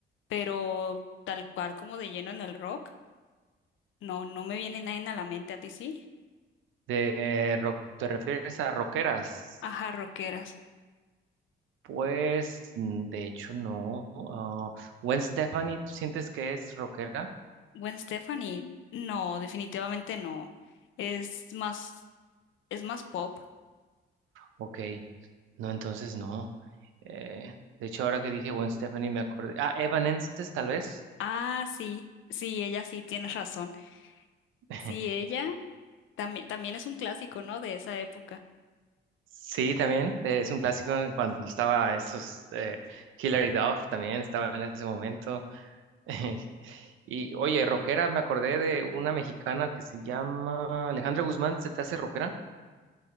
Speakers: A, on the left (about 75°); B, on the right (about 80°).
A: pero tal cual como de lleno en el rock. No, no me viene nadie a la mente, ¿a ti sí?
B: De, eh, rock- ¿te refieres a rockeras?
A: Ajá, rockeras.
B: Pues, mm, de hecho, no. Ah, Gwen Stefani, ¿tú sientes que es rockera?
A: Gwen Stefani, no, definitivamente no. Es más, es más pop.
B: Ok, no, entonces no. Eh, de hecho, ahora que dije Gwen Stefani me acordé. Ah, Evanescence, tal vez.
A: Ah, sí, sí, ella sí, tienes razón.
B: <laughs>
A: Sí, ella también, también es un clásico, ¿no? De esa época.
B: Sí, también eh, es un clásico en cuando estaba esos eh, Hilary Duff también estaba en ese momento. <laughs> Y oye, rockera, me acordé de una mexicana que se llama Alejandra Guzmán, ¿se te hace rockera?